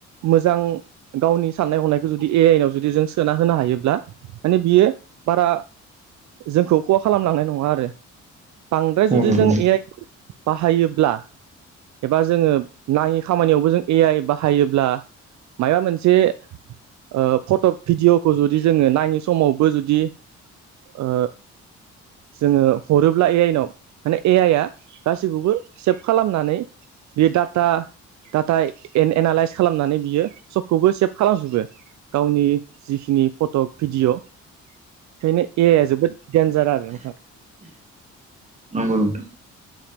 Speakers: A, on the right; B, on the right.
A: मोजां गावनि साननाय हनायखौ जुदि ए आइनाआव जुदि जों सोना होनो हायोब्ला माने बियो बारा जोंखौ खहा खालामलांनाय नङा आरो बांद्राय
B: औ
A: जुदि
B: नंगौ
A: जों ए आइ बाहायोब्ला एबा जोङो नाङि खामानियावबो जों ए आइ बाहायोब्ला माबा मोनसे ओ फट' भिडिअ'खौ जुदि जोङो नायै समावबो जुदि ओ जोङो हरोब्ला ए आइनाव माने ए आइ आ गासैखौबो सेभ खालामनानै बे डाटा डाटा एन एनालइस खालामनानै बियो सबखौबो सेभ खालामजोबो गावनि जिखिनि फटक भिडिय ओंखायनो ए आइ आ जोबोद देनजार आरो नोंथां
B: नंगौ नोंथां